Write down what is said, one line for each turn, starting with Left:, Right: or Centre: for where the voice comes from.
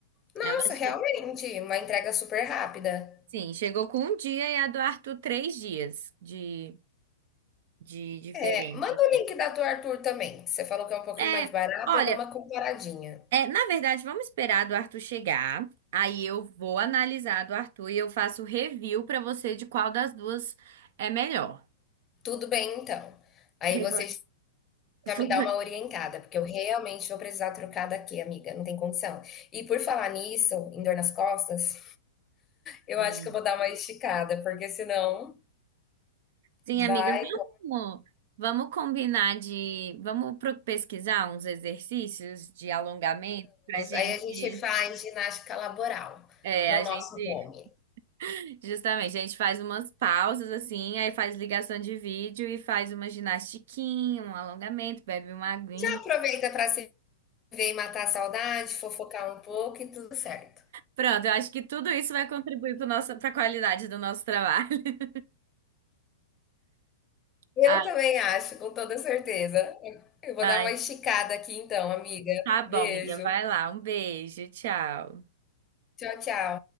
Left: Nossa,
Right: Ela, che-
Left: realmente, uma entrega super rápida.
Right: sim, chegou com um dia e a do Arthur três dias de de diferença.
Left: É, manda o link da tua Arthur também. Você falou que é um pouquinho
Right: É,
Left: mais barato,
Right: olha,
Left: eu dou uma comparadinha.
Right: é, na verdade, vamos esperar do Arthur chegar. Aí eu vou analisar do Arthur e eu faço review pra você de qual das duas é melhor.
Left: Tudo bem, então. Aí
Right: Eu
Left: você
Right: vou- <laughs>
Left: já me dá uma orientada, porque eu realmente vou precisar trocar daqui, amiga. Não tem condição. E por falar nisso, em dor nas costas, eu
Right: Hum.
Left: acho que eu vou dar uma esticada, porque senão
Right: Sim,
Left: vai.
Right: amiga, vamos, vamos combinar de, vamos pro- pesquisar uns exercícios de alongamento pra gente,
Left: Aí a gente faz ginástica laboral
Right: é,
Left: no
Right: a
Left: nosso
Right: gente,
Left: home.
Right: <laughs> justamente, a gente faz umas pausas assim, aí faz ligação de vídeo e faz uma ginastiquinha, um alongamento, bebe uma aguinha.
Left: Já aproveita para se ver e matar a saudade, fofocar um pouco e tudo certo.
Right: Pronto, eu acho que tudo isso vai contribuir para a qualidade do nosso trabalho. <laughs>
Left: Eu
Right: Ai,
Left: também acho, com toda certeza. Eu vou
Right: ai.
Left: dar uma esticada aqui então, amiga.
Right: Tá bom,
Left: Beijo.
Right: amiga. Vai lá. Um beijo. Tchau.
Left: Tchau, tchau.